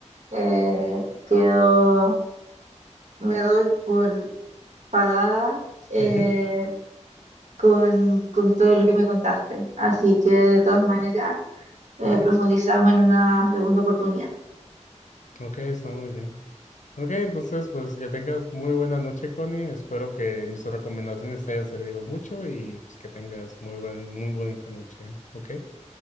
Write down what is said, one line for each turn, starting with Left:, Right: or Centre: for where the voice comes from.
Right: eh, quedo, me doy por pagada eh,
Left: Ujú,
Right: con, con todo lo que me contaste. Así que de todas maneras, eh,
Left: Ok,
Right: profundizamos en una segunda oportunidad.
Left: ok, está muy bien. Ok, entonces pues que tengas muy buena noche, Connie. Espero que mis recomendaciones te hayan servido mucho y pues que tengas muy buena, muy bonita noche. ¿Eh? Ok,